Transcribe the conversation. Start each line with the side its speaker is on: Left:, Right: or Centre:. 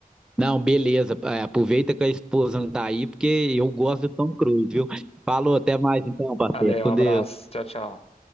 Centre: Não, beleza. é, Aproveita que a esposa não tá aí, porque eu gosto do Tom Cruise, viu? Falou, até mais então, parceiro.
Left: Valeu,
Centre: Com
Left: um abraço.
Centre: Deus.
Left: Tchau, tchau.